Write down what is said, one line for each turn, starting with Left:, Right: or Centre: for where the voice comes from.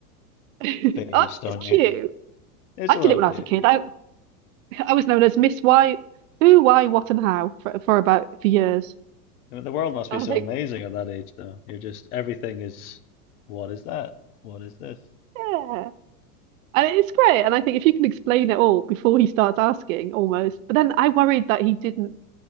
Right: <laughs> I
Left: phase,
Right: think
Left: don't
Right: it's cute.
Left: you? <laughs> It's
Right: I
Left: a
Right: did
Left: little
Right: it when
Left: cute,
Right: I was a kid.
Left: yeah.
Right: I I was known as Miss Why, Who, Why, What, and How for for about for years.
Left: I mean, the world must be
Right: And
Left: so
Right: I think,
Left: amazing at that age, though. You're just, everything is, what is that? What is this?
Right: yeah, and it's great. And I think if you can explain it all before he starts asking, almost. But then I worried that he didn't